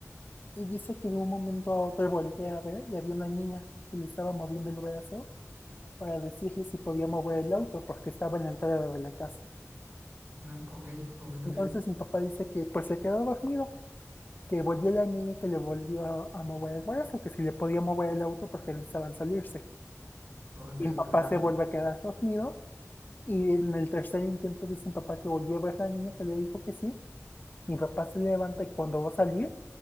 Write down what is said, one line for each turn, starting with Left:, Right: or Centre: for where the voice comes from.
Left: Y dice que de un momento a otro voltea a ver y había una niña que le estaba moviendo el brazo para decirle si podía mover el auto porque estaba en la entrada de la casa.
Right: No, ok, ok,
Left: Entonces
Right: ok.
Left: mi papá dice que pues se quedó dormido, que volvió la niña y que le volvió a, a mover el brazo, que si le podía mover el auto porque necesitaban salirse.
Right: Ok,
Left: Y mi papá
Right: ajá.
Left: se vuelve a quedar dormido y en el tercer intento dice mi papá que volvió a ver la niña que le dijo que sí Mi papá se levanta y cuando va a salir,